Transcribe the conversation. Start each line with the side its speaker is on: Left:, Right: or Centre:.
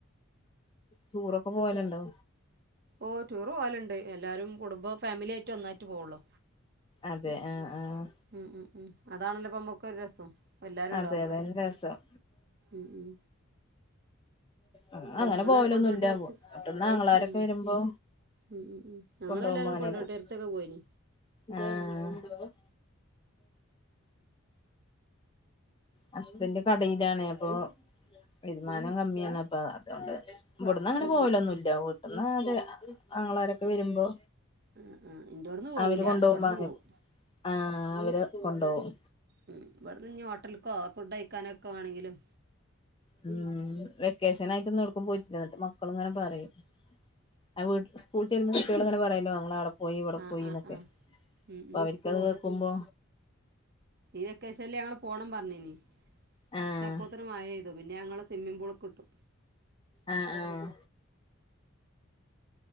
Left: ടൂറൊക്കെ പോവലുണ്ടോ
Right: ഓ ടൂർ പോവലുണ്ട് എല്ലാരും കുടുംബ ഫാമിലി ആയിട്ട് ഒന്നായിട്ട് പോവുള്ളു
Left: അതെ ആഹ് ആഹ്
Right: ഉം ഉം ഉം അതാണല്ലോ ഇപ്പം മു ഒക്കെ ഒരു രസം എല്ലാരും ഉണ്ടാവുമ്പളെ
Left: അതെ അതന്നെ രസം
Right: ഉം ഉം
Left: ആഹ്
Right: ഞങ്ങള്
Left: അങ്ങനെ പോവലൊന്നും
Right: കൊണ്ടോട്ടി
Left: ഇല്ല
Right: എറച്ചി
Left: വീട്ടീന്ന് ആങ്ങളരൊക്കെ
Right: ഉം
Left: വരുമ്പോ
Right: ഉം ഉം ഉം ഞങ്ങൾ
Left: കൊണ്ടോവുമ്പോ
Right: എല്ലാരും
Left: അങ്ങനെ
Right: കൊണ്ടോട്ടി
Left: പോവും
Right: യേർച്ചക്കൊക്കെ പോയിന്
Left: ആഹ് ഹസ്ബൻഡ് കടയിലാണ് അപ്പൊ വരുമാനം കമ്മിയാണ് അപ്പം അതുകൊണ്ട് ഇവിടന്ന് അങ്ങനെ
Right: ഉം
Left: പോവലൊന്നും
Right: ഉം ഉം
Left: ഇല്ല വീട്ടിന്ന് അ ആങ്ങളമാരൊക്കെ വരുമ്പോ
Right: ആഹ് ആഹ് എൻ്റോട്ന്ന് പോവൂല
Left: അവര് കൊണ്ടോവുമ്പോ
Right: വെടുന്ന്
Left: അങ്ങനെ
Right: പോവും
Left: ആഹ് അവര് കൊണ്ടോവും
Right: ഉം ഇവിടുന്ന് ഇഞ് ഹോട്ടൽക്കോ ഫുഡയിക്കാനൊക്കെ ആണെങ്കിലും
Left: ഉം വെക്കേഷൻ ആയിട്ടൊന്ന് ഏട്ക്കും പോയിട്ടില്ല എന്നിട്ട് മക്കള് ഇങ്ങനെ പറയും ആഹ് വീട്ട് ന് സ്കൂള് വിട്ട് ചെല്ലുമ്പോ കുട്ടികള് അങ്ങനെ പറയുവല്ലോ ഞങ്ങളവിടെ പോയി ഇവിടെ
Right: ആഹ്
Left: പോയീന്നൊക്കെ
Right: ആഹ് ആഹ് ഉം
Left: അപ്പൊ
Right: ഉം
Left: അവർക്കത് കേക്കുമ്പോ
Right: ഈ വെക്കേഷനിൽ ഞങ്ങള് പോണം പറഞ്ഞിനി പക്ഷേ
Left: ആഹ്
Right: അപ്പോത്തെന് മഴ പെയ്തു പിന്നെ ഞങ്ങൾ സ്വിമ്മിഗ് പൂൾക്ക് വിട്ടു
Left: ആഹ് ആഹ്